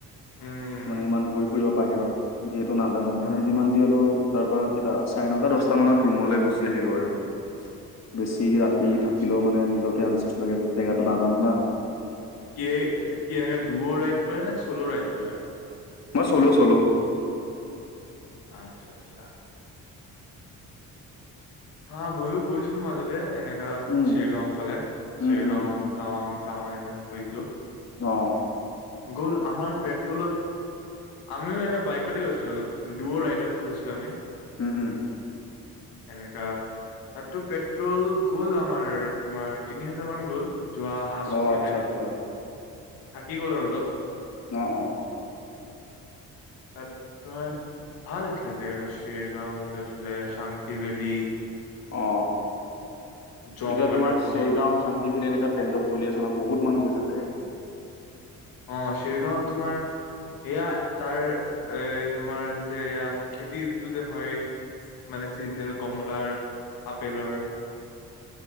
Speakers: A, on the left; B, on the left.
A: উম
B: মানে ইমান ঘূৰি ফুৰিব <unintelligible> বাহিৰত যিহেতু নাজানো
A: অ
B: মানে যিমান যি হ'লেও তাৰ পৰা কেইটা চাৰে নটা দশটা মানত ৰুমলৈ গুচি আহিলো আৰু বেছি ৰাতি
A: আচ্ছা
B: থাকিলেও মানে নিজকে আনচেফ লাগে জেগাটো নাজানো না
A: কিয়ে কি এনেকা দুয়ো ৰাইড কইলা নে চল' ৰাইড কৰিলা
B: মই চলো চলো
A: আচ্ছা আচ্ছা হা ময়ো গৈছিলো মাজতে এনেকা
B: উম
A: শেৰগাঁও ফালে
B: উম
A: শেৰগাঁও
B: উম
A: টাৱাং চাৱাং এনেকা ফুৰিলো
B: অহ
A: গ'ল আমাৰ পেট্ৰলত আমিও এনে বাইকতে গৈছিলো দুৱ ৰাইডত গৈছিলো আমি
B: হ হ
A: এনেকা তাতটো পেট্ৰল গ'ল আমাৰ তোমাৰ তিনি হা <unintelligible> <unintelligible> মান গ'ল যোৱা অহা চব
B: অ আচ্ছা
A: মিলাই থাকি
B: আচ্ছা
A: গ'ল আৰু অলপ
B: ন অ
A: <unintelligible> তোমাৰ ভাল আছিলে জেগাটো শেৰগাঁও বুলি ইফালে শাংকি ভেলি
B: অ
A: জং
B: এতিয়া
A: ৱাটাৰফল
B: তোমাৰ চেৰগাঁও চাংকিভেলী এনেকা <unintelligible> টেণ্ডত চলি আছে ন বহুত মানুহ গুচছে থাকে
A: অ চেৰিগাঁৱত তোমাৰ এয়া তাৰ এ তোমাৰ যে এয়া খেতিটো যে হয় মানে চিজনেল কমলাৰ আপেলৰ